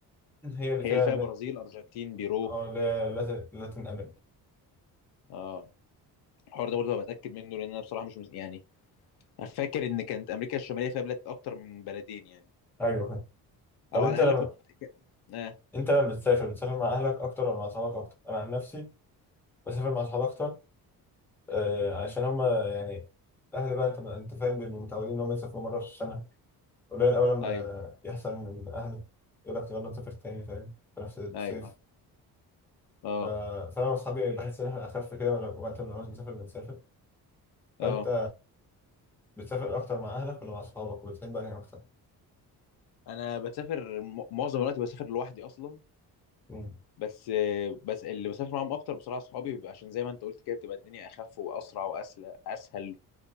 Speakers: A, in the centre; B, on the left (about 75°).
A: هي اللي
B: هي
A: فيها
B: اللي فيها
A: ل-
B: برازيل ارجنتين بيرو
A: اه اللي هي لاتن لاتن امريكا
B: اه الحوار ده برضه هبقى اتاكد منه لان انا بصراحه مش مس... يعني أنا فاكر ان كانت امريكا الشماليه فيها بلاد اكتر من بلدين يعني
A: ايوه فاهم. طب
B: او
A: انت
B: على
A: لما
B: الاقل كنت ك- اه
A: انت لما بتسافر بتسافر مع اهلك اكتر ولا مع اصحابك اكتر انا عن نفسي بسافر مع اصحابي اكتر آه عشان هم يعني الاهل بقى انت انت فاهم بيبقوا متعودين ان هم يسافروا مره في السنه قليل اول لما
B: ايوه ايوه
A: يحصل من اهلك يقول لك يلا نسافر تاني فاهم في نفس الصيف
B: ايوه اه
A: ف- فانا واصحابي بحس ان احنا اخف كده ولا- وقت ما بنعوز نسافر بنسافر فانت
B: اه
A: بتسافر اكتر مع اهلك ولا مع اصحابك وبتحب انهي اكتر
B: انا بسافر م- معظم الوقت بسافر لوحدي اصلا
A: مم.
B: بس بس اللي بسافر معاهم اكتر بصراحه اصحابي بيبقى عشان زي ما انت قلت كده بتبقى الدنيا اخف واسرع واسهل اسهل